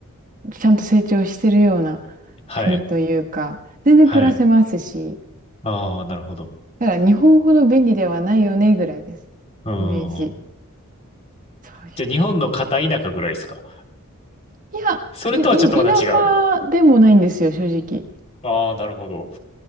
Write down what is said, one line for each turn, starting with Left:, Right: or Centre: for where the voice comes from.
Right: ちゃんと成長してるような
Left: はい。
Right: 国というか、全然暮らせますし、
Left: はい。ああ、なるほど。
Right: だから日本ほど便利ではないよねぐらいです。
Left: うん。
Right: イメージ。そういう。
Left: じゃあ日本の片田舎ぐらいですか
Right: いや、
Left: それとはちょっとまた違う
Right: い、い田舎でもないんですよ、正直。
Left: ああー、なるほど。